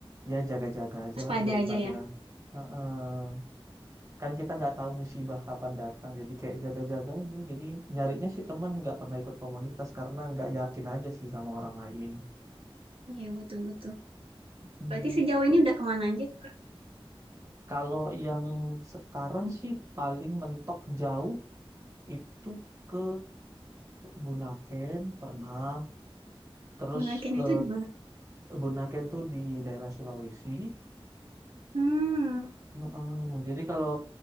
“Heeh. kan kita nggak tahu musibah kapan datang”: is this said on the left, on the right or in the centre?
Right